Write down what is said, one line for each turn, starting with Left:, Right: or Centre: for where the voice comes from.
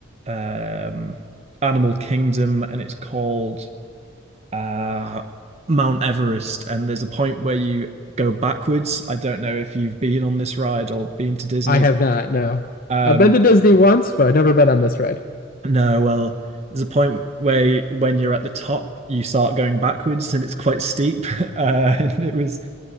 Right: um Animal Kingdom and it's called uh Mount Everest and there's a point where you go backwards I don't know if you've been on this ride or been to Disney
Left: I have
Right: but
Left: not, no.
Right: um
Left: I've been to Disney once, but I've never been on this ride.
Right: No, well, there's a point where when you're at the top, you start going backwards and it's quite steep. <laughs> Uh, and it was